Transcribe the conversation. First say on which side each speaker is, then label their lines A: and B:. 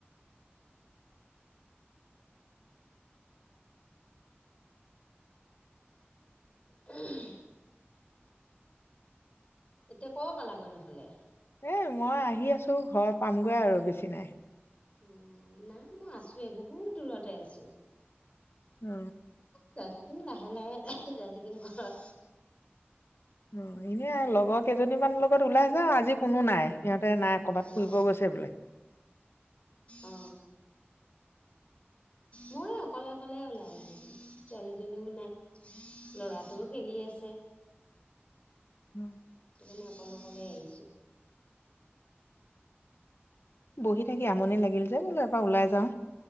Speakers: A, on the left; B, on the left.
A: <unintelligible> এতিয়া ক পালাগৈ নহলে?
B: এই মই আহি আছোঁ ঘৰ পামগৈ আৰু বেছি নাই।
A: অ, নাই মই আছোৱে, বহুত দূৰতে আছো।
B: উ।
A: যাই থাকিম লাহে-লাহে, যাই থাকিম ঘৰত।
B: অ এনে লগৰ কেইজনী মানৰ লগত ওলাই যাও, আজি কোনো নাই। ততে নাই কবাত ফুৰিব
A: অ
B: গৈছে বোলে।
A: অ মইও অকলে-অকলে ওলাই আহিছো। ছোৱালীজনীও নাই। লৰাটোও খেলি আছে।
B: উম।
A: সেইকাৰণে অকলে-অকলে আহিছো।
B: বহি থাকি আমনি লাগিল যে মই বোলো এবাৰ ওলাই যাও।